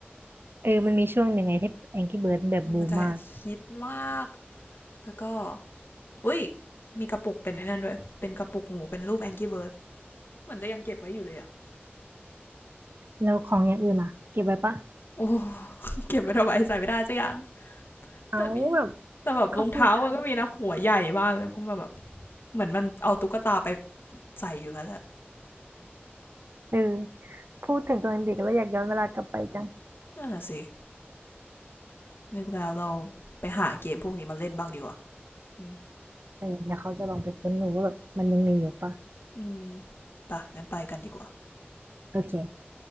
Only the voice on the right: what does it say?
เออมันมีช่วงหนึ่งไงที่ Angry Birds แบบบูมมาก
แล้วของอย่างอื่นอ่ะเก็บไว้ปะ
เอาแบบ
เขาคงจะ
เออพูดถึงตอนเด็กแล้วอยากย้อนเวลากลับไปจัง
เออเดี๋ยวเขาจะลองไปค้นดูว่าแบบมันยังมีอยู่ปะ
โอเค